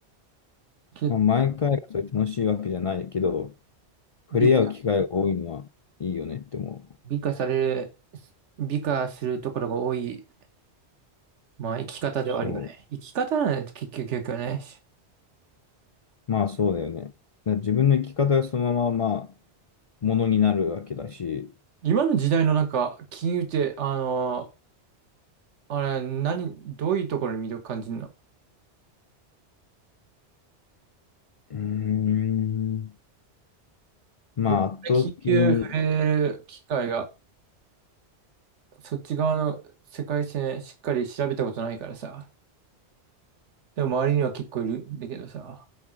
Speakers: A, on the right; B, on the left.
A: 結構
B: う。まあ、毎回がそれ楽しいわけじゃないけど、触れ合う機会が多いのはいいよねって思う。
A: 美、美化される、美化するところが多い、まあ生き方ではあるよね。
B: そ
A: 生き方なんです、結局、結局ね。
B: う。まあ、そうだよね。だから自分の生き方がそのまま、まあ、ものになるわけだし、
A: 今の時代のなんか、金融って、あのあれ、何、どういうところに魅力感じるの
B: うーん、まあ圧倒的に、
A: 俺、金融触れる機会が、そっち側の世界線しっかり調べたことないからさ。でも周りには結構いるんだけどさ、